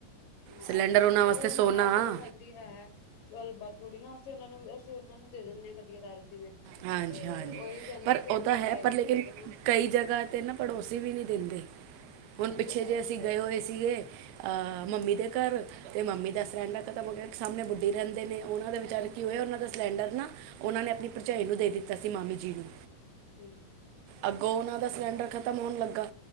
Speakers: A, on the left (about 85°); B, on the right (about 85°).
A: ਹਾਂ
B: ਸਿਲੰਡਰ
A: ਐ ਤਾਂ ਗੱਲ, ਪਰ
B: ਵਾਸਤੇ
A: ਉਹ ਉਹਨਾਂ
B: ਸੋਨਾ
A: ਨਾਲ ਚਲੋ
B: ਆ
A: ਸਾਡੇ ਵੀ ਹੈ, ਗੱਲ ਬਾਤ ਥੋੜ੍ਹੀ ਨਾ ਅਸੀਂ ਉਹਨਾਂ ਨੂੰ ਅਸੀਂ ਉਹਨਾਂ ਨੂੰ ਦੇ ਦਿੰਨੇ ਆ ਕਦੀ ਕਦਾਰ ਜਿਵੇਂ
B: ਹਾਂਜੀ,
A: ਤੇ
B: ਹਾਂਜੀ।
A: ਉਹੀ ਕਹਿੰਦੇ
B: ਪਰ
A: ਕਿ ਚਲੋ
B: ਉਹ
A: ਤੁਹਾਡਾ
B: ਤਾਂ ਹੈ,
A: ਆਏਗਾ
B: ਪਰ ਲੇਕਿਨ
A: ਫਿਰ ਦੇ ਦੇਣਾ
B: ਕਈ ਜਗ੍ਹਾ ਤੇ ਨਾ ਪੜੋਸੀ ਵੀ ਨੀ ਦਿੰਦੇ। ਹੁਣ ਪਿੱਛੇ
A: ਇਹ ਤਾਂ ਹੈ
B: ਜੇ
A: ਦੇਖੋ
B: ਅਸੀਂ ਗਏ ਹੋਏ ਸੀਗੇ ਆ! ਮੰਮੀ ਦੇ ਘਰ ਤੇ ਮੰਮੀ ਦਾ ਸਿਲੰਡਰ ਖਤਮ ਹੋ ਗਿਆ, ਸਾਹਮਣੇ ਬੁੱਢੀ ਰਹਿੰਦੇ ਨੇ ਉਹਨਾਂ ਦੇ ਵਿਚਾਰੇ ਕੀ ਹੋਇਆ ਉਹਨਾਂ ਦਾ ਸਿਲੰਡਰ ਨਾ, ਉਹਨਾਂ ਨੇ ਆਪਣੀ ਭਰਜਾਈ ਨੂੰ ਦੇ ਦਿੱਤਾ ਸੀ ਮਾਮੀ ਜੀ ਨੂੰ
A: ਹਮ।
B: ਅੱਗੋਂ ਉਹਨਾਂ ਦਾ ਸਿਲੰਡਰ ਖ਼ਤਮ ਹੋਣ ਲੱਗਾ,